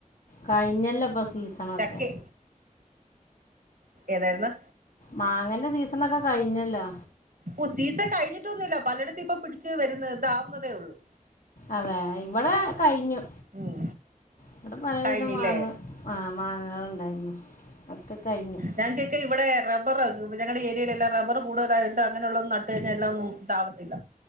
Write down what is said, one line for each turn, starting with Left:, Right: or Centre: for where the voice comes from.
Left: കഴിഞ്ഞല്ലൊ ഇപ്പ സീസണൊക്കെ.
Right: ചക്കെ ഏതായിരുന്നു.
Left: മാങ്ങന്റെ സീസണൊക്കെ കഴിഞ്ഞല്ലോ.
Right: ഓഹ് സീസ കഴിഞ്ഞിട്ടൊന്നുല്ല. പലടത്തും ഇപ്പ പിടിച്ച് വരുന്ന താവുന്നതേ ഉള്ളൂ.
Left: അതെ. ഇവിടെ കഴിഞ്ഞു.
Right: ഉം
Left: ഇവിടെ പലവിധം
Right: കഴിഞ്ഞില്ലേ
Left: മാങ്ങ ആഹ് മാങ്ങകൾണ്ടായിരുന്നു. ഒക്കെ കഴിഞ്ഞു.
Right: ഞങ്ങക്കൊക്കെ ഇവിടെ റബ്ബർ ഞങ്ങള ഏരിയയിലെല്ല റബ്ബർ കൂടുതലായിട്ട അങ്ങനെയുള്ളന്നും നട്ട് കഴിഞ്ഞാ എല്ലാം ഒന്നും താവത്തില്ല.